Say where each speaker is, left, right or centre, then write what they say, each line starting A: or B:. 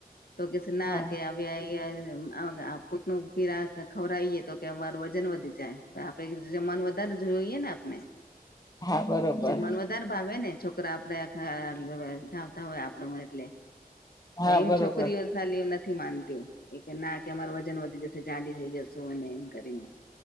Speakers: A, on the left; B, on the left.
A: તો કે ના
B: હા
A: <unintelligible> પોતનું પી ખબરાએ તો કે અમાર વજન વધી જાય તો આપડે જમમાનું વધારે જોયએ ને આપને
B: હા બરોબર
A: જમવા વધ દર ભાવે ને છોકરા આપડે ધાવતા હોય આપડમાં એટલે <unintelligible> તો
B: હા
A: એમ
B: બરોબર
A: છોકરીઓ સાલી નથી. નથી માનતી એ કે ના કે અમાર વજન વધી જશે જાડી થઈ જશે અને એમ કરીને